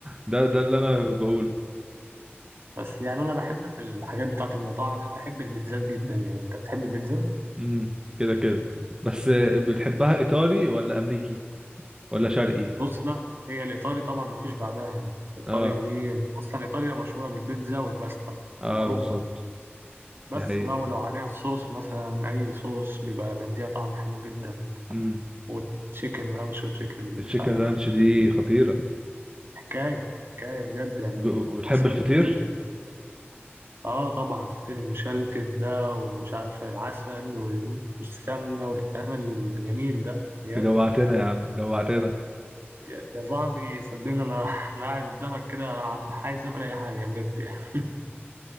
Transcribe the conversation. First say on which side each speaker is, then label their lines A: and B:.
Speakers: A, on the right; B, on the right.
A: ده ده اللي انا بقوله
B: بس يعني انا بحب في الحاجات بتاعه المطاعم بحب البيتزات جدا يعني انت بتحب البيتزا
A: امم كده كده بس بتحبها ايطالي ولا امريكي ولا شرقي
B: بص لا هي الايطالي طبعا مفيش بعدها يعني الايطالي
A: اه
B: دي اصلا ايطاليا مشهوره بالبيتزا والباستا
A: اه
B: معروفه
A: بالظبط
B: بس
A: دي حقيقه
B: بقى ولو عليها الصوص مثلا أي صوص بيبقى مديها طعم حلو جدا
A: امم
B: وتشيكن رانش وتشيكن
A: التشيكن
B: مش عارف
A: رانش دي خطيره
B: حكاية حكاية بجد يعني
A: وبتحب
B: من أحسن
A: الفطير
B: الحاجات اللي آه طبعا فطير المشلتت ده ومش عارف العسل وال- والسمنة والكلام الجميل ده بجد
A: جوعتنا يا عم جوعتنا
B: يا يا صاحبي صدقني أنا <laughs> أنا قاعد قدامك كده عم عايز آكل أي حاجة بجد يعني.